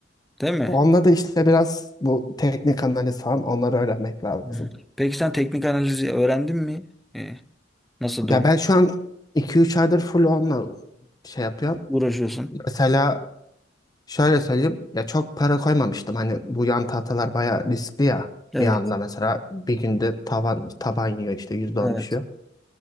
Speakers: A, in the centre; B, on the left (about 20°).
A: değil mi?
B: Onunla da işte biraz bu teknik analiz falan onları öğrenmek lazım.
A: Hı. Peki sen teknik analizi öğrendin mi? Ee, nasıl durum?
B: Ya ben şu an iki üç aydır full onunla şey yapıyorum.
A: Uğraşıyorsun.
B: Mesela şöyle söyleyeyim. Ya çok para koymamıştım. Hani bu yan tahtalar bayağı riskli ya.
A: Evet,
B: Bir anda mesela bir günde tavan taban yiyor işte %10
A: evet.
B: düşüyor.